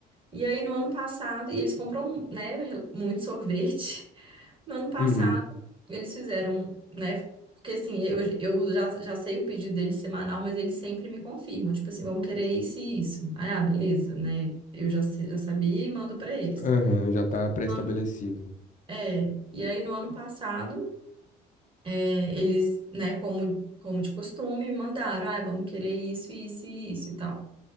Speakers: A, on the right; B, on the left.
A: E aí, no ano passado, e eles compram, né, muito sorvete. <laughs> No ano passado,
B: Uhum.
A: eles fizeram, né, porque assim, eu, eu já, já sei o pedido deles semanal, mas eles sempre me confirmam, tipo assim, vamos querer isso e isso. Aí, ah, beleza, né, eu já, sei- já sabia e mando pra eles.
B: Aham, já tá pré-estabelecido.
A: Mano, É, e aí no ano passado, é, eles, né, como, como de costume, mandaram, ah, vamos querer isso, isso e isso e tal.